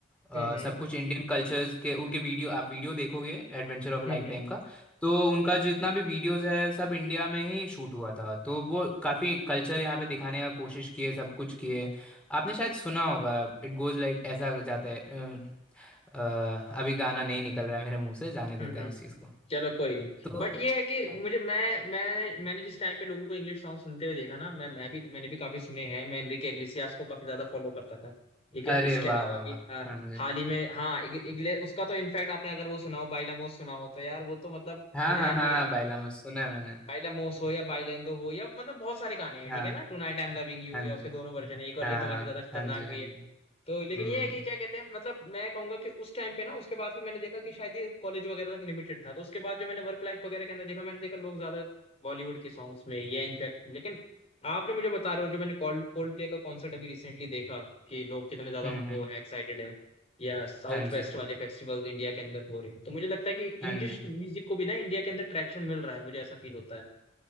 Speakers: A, in the centre; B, on the left (about 30°).
A: अ,
B: हम्म हम्म
A: सब कुछ इंडियन कल्चर्स के उनके वीडियो आप वीडियो देखोगे एडवेंचर ऑफ लाइफ
B: हम्म
A: टाइम का तो उनका जितना भी वीडियोस है सब इंडिया में ही शूट हुआ था तो वो काफ़ी कल्चर यहाँ पे दिखाने का कोशिश किए सब कुछ किए आपने शायद सुना होगा इट गोज लाइक ऐसा जाता है अ, अ, अभी गाना नहीं निकल रहा है मेरे मुंह से जाने देते
B: हम्म हम्म,
A: हैं उस चीज़ को
B: चलो कोई नहीं
A: तो
B: बट ये है कि
A: हाँ
B: मुझे
A: जी
B: मैं मैं मैंने जिस टाइम पे लोगों को इंग्लिश सॉन्ग सुनते हुए देखा ना मैं मैं भी मैंने भी काफी सुने हैं मैं एनरिके इग्लेसियास को काफी ज्यादा फॉलो करता था ठीक है
A: अरे
B: इसके
A: वाह
B: अलावा
A: वाह
B: भी
A: वाह
B: हाँ,
A: हाँ जी
B: हाल ही में हाँ इग, इग्ले, उसका तो इनफैक्ट आपने अगर वो सुना हो बाइला मोस सुना हो तो यार वो तो मतलब
A: हाँ
B: मुझे
A: हाँ
B: आज
A: हाँ
B: भी याद
A: हाँ बाइलामस
B: है
A: सुना है मैंने
B: बाइला मोस हो या बाइलेंदो हो या मतलब बहुत सारे गाने हैं
A: हाँ
B: ठीक है ना tonight I am loving you
A: हाँ
B: या
A: जी
B: उसके दोनों वर्जन है एक वर्जन
A: हाँ
B: तो काफी ज्यादा खतरनाक
A: हाँ जी
B: भी
A: हाँ जी
B: है तो लेकिन
A: हम्म
B: ये है कि क्या कहते हैं मतलब मैं कहूंगा कि उस टाइम पे ना उसके बाद फिर मैंने देखा कि शायद ये कॉलेज वगैरह तक लिमिटेड था तो उसके बाद जो मैंने वर्क लाइफ वगैरह के अंदर देखा मैंने देखा लोग ज्यादा बॉलीवुड के सॉन्ग्स में या इनफैक्ट लेकिन आपने मुझे बता रहे हो जो मैंने कोल्ड कोल्ड प्ले का कॉन्सर्ट अभी रिसेंटली देखा कि लोग कितने ज्यादा
A: हम्म
B: वो
A: हम्म,
B: है एक्साइटेड है या साउथ
A: हाँ जी
B: वेस्ट
A: हाँ
B: वाले
A: जी
B: फेस्टिवल इंडिया के अंदर हो रहे हैं तो मुझे लगता है कि
A: हाँ
B: इंग्लिश
A: जी
B: म्यूजिक को भी ना इंडिया के अंदर ट्रैक्शन मिल रहा है मुझे ऐसा फील होता है